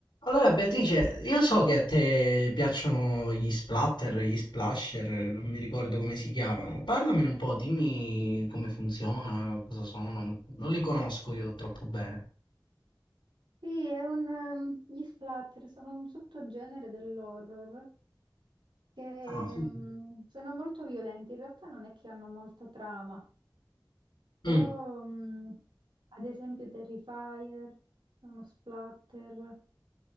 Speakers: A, on the left; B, on the right.
A: Allora Beatrice, io so che a te piacciono gli splatter, gli splasher, non mi ricordo come si chiamano. Parlamene un po', dimmi come funziona, cosa sono. Non li conosco io troppo bene.
B: Sì, è un, ehm, gli splatter sono un sottogenere dell'horror che
A: Ah, sì,
B: ehm,
A: sì.
B: sono molto violenti. In realtà non è che hanno molta trama, però
A: Mm.
B: mh, ad esempio Terrifier è uno splatter.